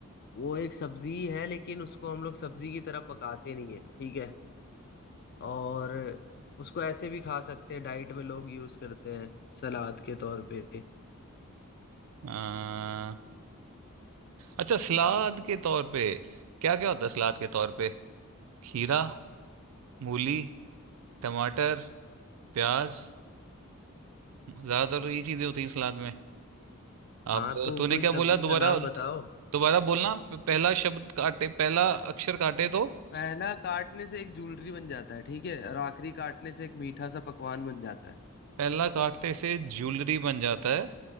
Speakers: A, on the left; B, on the right.
A: वो एक सब्जी है लेकिन उसको हम लोग सब्जी की तरह पकाते नहीं है ठीक है और उसको ऐसे भी खा सकते हैं डाइट में लोग यूज करते हैं सलाद के तौर पे
B: आ, अच्छा सलाद के तौर पे क्या क्या होता है सलाद के तौर पे खीरा मूली टमाटर प्याज ज्यादातर यही चीजें होती हैं सलाद में
A: हाँ
B: अब
A: तो
B: तूने
A: कोई
B: क्या
A: सब्जी
B: बोला दोबारा
A: का नाम बताओ
B: दोबारा बोलना प- पहला शब्द काटे पहला अक्षर काटे तो
A: पहला काटने से एक जूलरी बन जाता है ठीक है और आखिरी काटने से एक मीठा सा पकवान बन जाता है
B: पहला काटने से ज्वेलरी बन जाता है